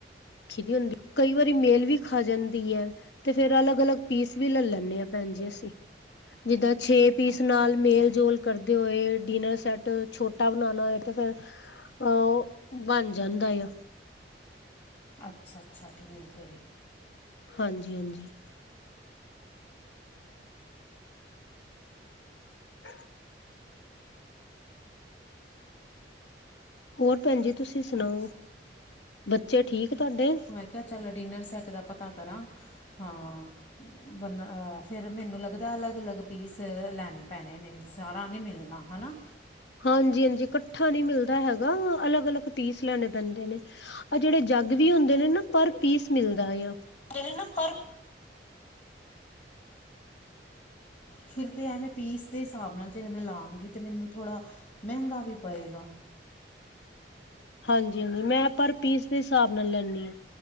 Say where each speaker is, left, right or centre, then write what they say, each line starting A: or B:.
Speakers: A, on the left; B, on the left.
A: ਜਿਵੇੰ ਹੁੰਦੀ ਕਈ ਵਾਰੀ, ਮੇਲ ਵੀ ਖਾ ਜਾਂਦੀ ਹੈ। ਤੇ ਫੇਰ ਅਲੱਗ ਅਲੱਗ ਪੀਸ ਵੀ ਲੈ ਲੈਂਦੇ ਹਾਂ, ਭੈਣ ਜੀ ਅਸੀਂ ਜਿੱਦਾਂ ਛੇ। ਪੀਸ
B: ਅੱਛਾ
A: ਨਾਲ
B: ਅੱਛਾ
A: ਮੇਲ-ਜੋਲ ਕਰਦੇ ਹੋਏ ਡੀਨਰ ਸੈੱਟ ਛੋਟਾ ਬਣਾਣਾ ਹੋਏ ਤੇ ਫਿਰ ਅ ੳ ਬਣ ਜਾਂਦਾ ਏਆ।
B: ਅੱਛਾ-ਅੱਛਾ! ਠੀਕ ਹੈ।
A: ਹਾਂਜੀ-ਹਾਂਜੀ। <unintelligible> ਹੋਰ ਭੈਣ ਜੀ ਤੁਸੀਂ ਸੁਣਾਓ,
B: ਅੱਛਾ
A: ਬੱਚੇ ਠੀਕ ਤੁਹਾਡੇ?
B: ਮੈ ਕਿਹਾ, ਚੱਲ ਡਿਨਰ ਸੈੱਟ ਦਾ ਪਤਾ ਕਰਾਂ ਹਾਂ। ਬਨ ਫਿਰ ਮੈਨੂੰ ਲੱਗਦਾ ਅਲੱਗ ਅਲੱਗ, ਪੀਸ ਲੈਣੇ ਪੈਣੇ ਨੇ, ਸਾਰਾ ਨਹੀਂ ਮਿਲਣਾ। ਹਨਾ।
A: ਹਾਂਜੀ-ਹਾਂਜੀ ਕੱਠਾ ਨੀ ਮਿਲਦਾ ਹੈਗਾ ਅਲੱਗ-ਅਲੱਗ ਪੀਸ ਲੈਣੇ ਪੈਂਦੇ ਨੇ। ਆ ਜਿਹੜੇ ਜੱਗ ਵੀ ਹੁੰਦੇ ਨੇ, ਨਾ ਪਰ ਪੀਸ ਮਿਲਦਾ ਏ।
B: ਤੇਰੇ, ਨ ਪਰ। ਫਿਰ ਤੇ ਐਵੇਂ ਪੀਸ ਦੇ ਹਿਸਾਬ ਨਾਲ ਜੇ ਮੈਂ, ਲਾਂਗੀ ਤੇ ਮੈਨੂੰ ਥੋੜ੍ਹਾ ਮਹਿੰਗਾ ਵੀ ਪਏਗਾ।
A: ਹਾਂਜੀ- ਹਾਂਜੀ, ਮੈਂ ਪਰ ਪੀਸ ਦੇ ਹਿਸਾਬ ਨਾਲ ਲੈਂਣੀ ਆਂ।